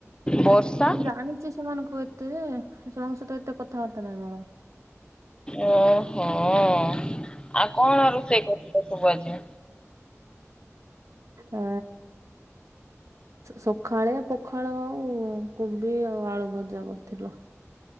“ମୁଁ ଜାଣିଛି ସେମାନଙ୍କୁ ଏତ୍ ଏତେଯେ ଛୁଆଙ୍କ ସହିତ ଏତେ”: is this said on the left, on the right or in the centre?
Right